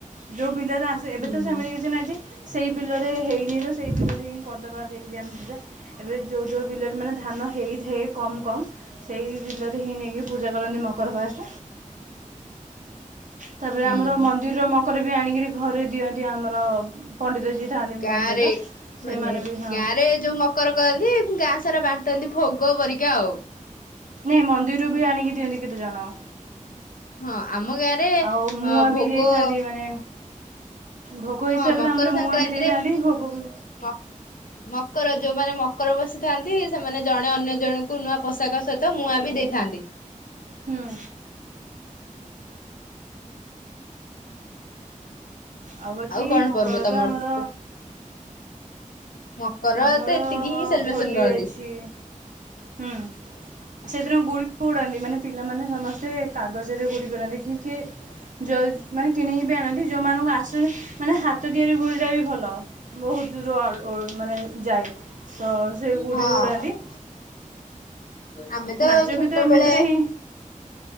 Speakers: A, on the right (about 65°); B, on the left (about 85°).
A: ଯୋଉ ବିଲରେ ଆସେ ଏବେ
B: ହୁଁ।
A: ତ ସେମିତି କିଛି ନାହିଁ ଯେ ସେଇ ବିଲରେ ହେଇନି ତ ସେଇ ବିଲରେ ହିଁ କରିଦବା। ଯାଇକରି ଆମେ ପୂଜା ଏବେ ଯୋଉ ଯୋଉ ବିଲରେ ମାନେ ଧାନ ହେଇଥାଏ କମ୍ କମ୍। ସେଇ ବିଲରେ ହିଁ ନେଇକି ପୂଜା କରନ୍ତି ମକର ଫାଷ୍ଟ। ତାପରେ
B: ହୁଁ
A: ଆମର ମନ୍ଦିର ମ କକର ବି ଆଣିକରି ଘରେ ଦିଅନ୍ତି ଆମର। ପଣ୍ଡିତ ଯିଏ ଥାଆନ୍ତି
B: ଗାଁ
A: ମନ୍ଦିରର
B: ରେ
A: ସେମାନେ
B: ମାନେ
A: ବି ହଁ
B: ଗାଁ ରେ ଯୋଉ ମକର କରନ୍ତି ଗାଁ ସାରା ବାଣ୍ଟନ୍ତି ଭୋଗ କରିକି। ଯାଉ।
A: ନାଇଁ ମନ୍ଦିରରୁ ବି ଆଣିକି ଦିଅନ୍ତି କେତେଜଣ।
B: ହଁ ଆମ ଗାଁରେ ଅ
A: ଆଉ ମୁଆଁ
B: ଭୋଗ।
A: ବି ଦେଇଥାନ୍ତି ମାନେ ଭୋଗ ହିସାବରେ
B: ହଁ ମକର
A: ଆମର
B: ସଂକ୍ରାନ୍ତିରେ
A: ମୁଆଁ ବି ଦେଇଥାନ୍ତି ଭୋଗ ବି
B: ମକ ମକର ଯୋଉମାନେ ମ ମକର ବସିଥାନ୍ତି। ସେମାନେ ଜଣେ ଅନ୍ୟ ଜଣଙ୍କୁ ନୂଆ ପୋଷାକ ସହିତ ମୁୂଆଁ ବି ଦେଇଥାନ୍ତି।
A: ହୁଁ। ଆଉ ବାକି
B: କଣ
A: ମକର
B: ପର୍ବ ତମର
A: ତ ଆମର।
B: ମକର
A: ଆମର
B: ତ ଏତିକି ହିଁ ସେଲିବ୍ରେସନ
A: ହୋଲି
B: କରନ୍ତି।
A: ଅଛି ହୁଁ ସେଦିନ ଗୁଡିବି ଉଡ଼ାନ୍ତି ମାନେ ପିଲାମାନେ ସମସ୍ତେ। କାଗଜରେ ଗୁଡ଼ି କରନ୍ତି। କିଏକି କିଉ ମାନେ କିଣିକି ବି ଆଣନ୍ତି। ଯୋଉମାନଙ୍କୁ ଆସୁନି ମାନେ ହାତ ଦିଆରି ଗୁଡ଼ିଟା ବି ଭଲ ବହୁତ୍ ରବ ମାନେ। ଯାାଇ ତ ସେ ଗୁଡ଼ି
B: ହଁ।
A: ଉଡ଼ାନ୍ତି।
B: ଆମେ ତ
A: ନାଚ
B: ଛୋଟବେେଳେ
A: ଗୀତ ଏମିତିରେ ହିଁ